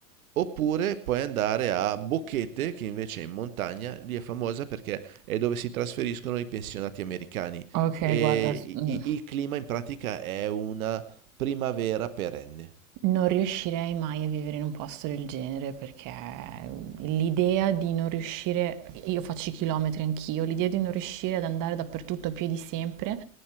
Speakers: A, on the right; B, on the right.
A: Oppure puoi andare a Boquete, che invece è in montagna, lì è famosa perché è dove si trasferiscono i pensionati americani
B: Ok,
A: e
B: guarda,
A: i-
B: mm,
A: i- il clima in pratica è una primavera perenne.
B: Non riuscirei mai a vivere in un posto del genere perché l'idea di non riuscire, io faccio i chilometri anch'io, l'idea di non riuscire ad andare dappertutto a piedi sempre